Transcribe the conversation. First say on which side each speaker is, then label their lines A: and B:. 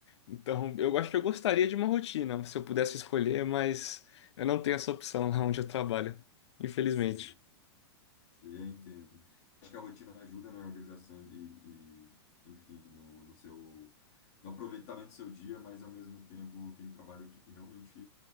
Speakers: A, on the left; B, on the left.
A: Então, eu acho que eu gostaria de uma rotina, se eu pudesse escolher, mas eu não tenho essa opção lá onde eu trabalho, infelizmente.
B: Sim, sim, eu entendo. Acho que a rotina ajuda na organização e, e, enfim, no, no seu, no aproveitamento do seu dia, mas ao mesmo tempo tem trabalho que realmente.